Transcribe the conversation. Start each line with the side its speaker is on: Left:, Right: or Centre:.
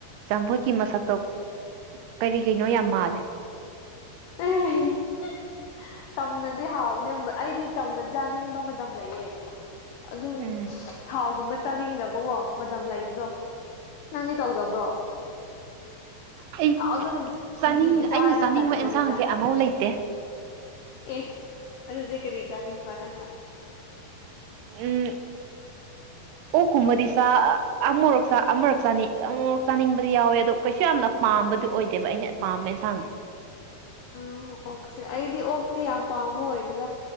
Right: ꯆꯝꯐꯨꯠꯀꯤ ꯃꯁꯛꯇꯣ ꯀꯔꯤ ꯀꯩꯅꯣ ꯌꯥꯝ ꯃꯥꯜꯂꯦ
Left: <inaudible> ꯆꯝꯅꯗꯤ ꯍꯥꯎꯕꯅꯦ ꯑꯩꯗꯤ ꯆꯝꯅ ꯆꯥꯅꯤꯡꯕ ꯃꯇꯝ ꯂꯩꯌꯦ ꯑꯗꯨꯝ
Right: ꯎꯝ
Left: ꯊꯥꯎꯒꯨꯝꯕ ꯆꯥꯅꯤꯡꯗꯕꯀꯣ ꯃꯇꯝ ꯂꯩꯕꯗꯣ ꯅꯪꯗꯤ ꯇꯧꯗꯕ꯭ꯔꯣ
Right: ꯑꯩ
Left: ꯊꯥꯎꯁꯨ ꯅꯨꯡꯇꯤ
Right: ꯆꯥꯅꯤꯡ
Left: ꯅꯨꯡꯇꯤꯒꯤ
Right: ꯑꯩꯅ
Left: ꯆꯥꯔꯗꯤ
Right: ꯆꯥꯅꯤꯡꯕ
Left: ꯇꯟꯕꯅꯦꯗ
Right: ꯑꯦꯟꯁꯥꯡꯁꯦ ꯑꯃꯧ ꯂꯩꯇꯦ
Left: ꯑꯦ ꯑꯗꯨꯗꯤ ꯀꯔꯤ ꯆꯥꯅꯤꯡꯕ ꯅꯪꯅ
Right: ꯎꯝ
Left: <inaudible>
Right: ꯑꯣꯛ ꯀꯨꯝꯕꯗꯤ ꯆꯥ ꯑꯃꯨꯔꯛ ꯆꯥ ꯑꯃꯔꯛ ꯆꯥꯅꯤ ꯑꯃꯨꯔꯛ ꯆꯥꯅꯤꯡꯕꯗꯤ ꯌꯥꯎꯋꯦ ꯑꯗꯣ ꯀꯩꯁꯨ ꯌꯥꯝꯅ ꯄꯥꯝꯕꯗꯤ ꯑꯣꯏꯗꯦꯕ ꯑꯩꯅ ꯄꯥꯝꯕ ꯏꯟꯁꯥꯡꯗꯣ
Left: ꯑꯣ ꯑꯣꯛꯁꯦ ꯑꯩꯗꯤ ꯑꯣꯛꯇꯤ ꯌꯥꯝ ꯄꯥꯝꯕ ꯑꯣꯏꯗꯦꯗ